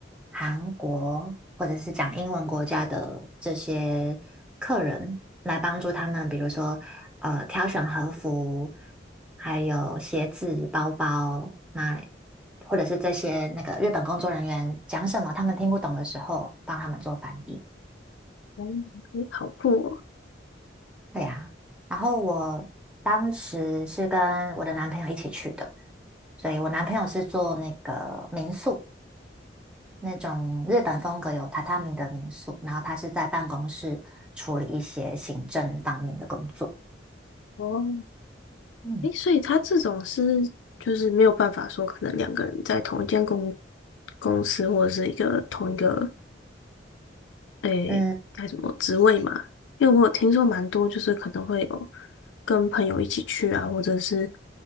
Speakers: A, in the centre; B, on the left.
A: 韩国或者是讲英文国家的这些客人，来帮助他们，比如说呃挑选和服，还有鞋子、包包，那或者是这些那个日本工作人员讲什么他们听不懂的时候，帮他们做翻译。
B: 哦，诶，好酷哦！
A: 对呀，然后我当时是跟我的男朋友一起去的，所以我男朋友是做那个民宿，那种日本风格有榻榻米的民宿，然后他是在办公室处理一些行政方面的工作。
B: 哦，
A: 嗯
B: 诶，所以他这种是就是没有办法说，可能两个人在同一间公公司或者是一个同一个诶，
A: 嗯
B: 该什么职位嘛？因为我有听说蛮多，就是可能会有跟朋友一起去啊，或者是